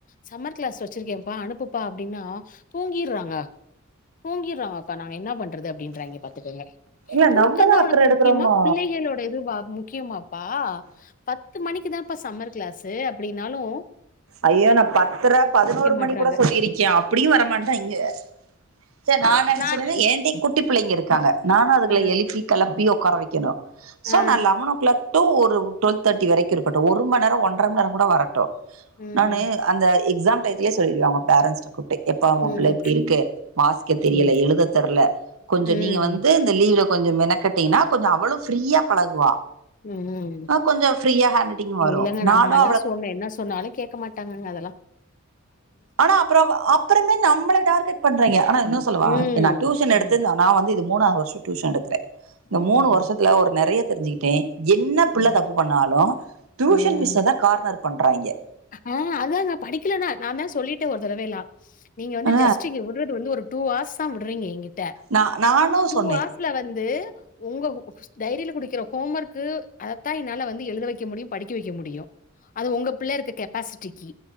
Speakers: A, on the left (about 40°); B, on the right (about 85°).
A: சம்மர் க்ளாஸ் வெச்சிருக்கேப்பா அனுப்புப்பா அப்டீன்னா தூங்கீற்றாங்க தூங்கீறாங்கப்பா நாங்க என்ன பண் றது அப்டீன்றாங்க பாத்துக்குங்க
B: இல்ல
A: தூக்கோதா
B: நம்மதா அக்கற
A: உனக்கு
B: எடுக்கறோமா
A: முக்கியமா பிள்ளைங்களோட இதுவா முக்கியமா ப்பா பத்து மணிக்குதான்ப்பா சம்மர் கிளாஸு அப்டீனாலோ
B: ஐயோ நா பத்தர பதனோரு மணி
A: மாட்றாங்க
B: கூட சொல்லிருக்க அப்புடியு வரமாட்டாய்ங்க சரி நா என்ன
A: நான்
B: சொன்னேன்ன
A: இ
B: ஏன்டயோ குட்டி பிள்ளைங்க இருக்காங் க நானோ அதுகள
A: ஆ
B: எழுப்பி கெளப்பி ஒக்கார வெக்கணோ சோ
A: ஆ
B: நா லெவனோ க்ளாக் டூ ஒரு ட்டுவல் தர்ட்டி வரைக்கு இருக்கட்டோ ஒரு மண்ரோ ஒன்றர மண்ரோ கூட வரட்டோ
A: ம்
B: நானு அந்த எக்ஸாம் டையத்தலயே சொல்லிடுவ அவுங்க பேரன்ட்ஸ்ட்ட கூப் ட்டு எப்பா உ
A: ம்
B: பிள்ள இப்டி இருக்கு மாசிக்க தெரியல
A: ம்
B: எழுத தெர்ல கொஞ்சோ
A: ம்
B: நீங்க வந்து இந்த லீவ்ல கொஞ்சோ மெனக்கட்டீங்கனா கொஞ்சோ அவளோ ஃப்ரீயா பழகுவா
A: ம் ம்
B: ஆ கொஞ்சோ ஃப்ரீயா ஹேண்ட் ரைட்டிங் வரு
A: இல்லங்க
B: நானு
A: நம்மலா
B: அவள
A: சொன்னே என்ன சொன்னாலோ கேட் க மாட்டாங்கங்க அதலா
B: ஆனா அப்புறோ அப்புறன்னா நம்மள டார்கெட் பண்றாய்ங்க ஆனா இன்னோ சொல்லவா
A: ம்
B: நா ட்யூஷன் எடுத்துந்தா
A: ம்
B: நா வந்து இது மூணாவது வர்ஷோ ட்யூஷன் எடுக்குற இந்த
A: ம்
B: மூணு வருஷத்துல ஒரு நறைய தெரிஞ்சிக்கிட்டே என்ன பிள்ள
A: ம்
B: தப்பு பண்ணாலோ ட்யூஷன்
A: ம்
B: மிஸ்ஸதா கார்னர் பண்றாய்ங்க
A: ஆ அதா நா படிக்கலனா நா தா சொல்லிட்டே ஒரு தடவேயெல்லா நீங்க வந்து
B: ஆ
A: ஜஸ்டு இங்க விடுறது வந்து ஒரு டூ ஹார்ஸ்தா விடுறீங்கீங்க ட்ட
B: நா நானு
A: டூ
B: சொன்னே
A: ஆர்ஸ்ல வந்து உங்க உ உ டைரில குடுக்கிற ஹோம் ஒர்க்கு அத்தா என்னால வந்து எழுத வைக்க முடியு படிக்க வைக்க முடியு அது உங்க பிள்ள இருக்க கெப்பாசிட்டிக்கு